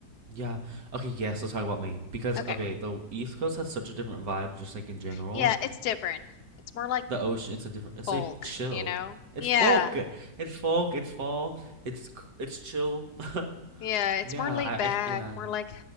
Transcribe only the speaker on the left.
Okay.
Yeah, it's different. It's more like
folk,
you know?
Yeah.
Yeah, it's
more laid
back,
more like